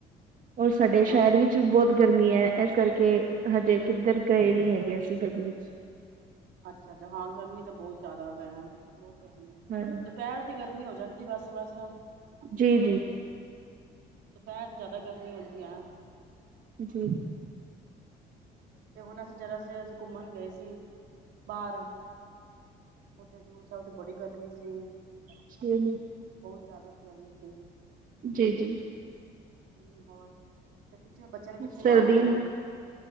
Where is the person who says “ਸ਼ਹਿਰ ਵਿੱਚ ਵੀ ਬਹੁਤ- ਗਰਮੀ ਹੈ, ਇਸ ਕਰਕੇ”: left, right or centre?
Right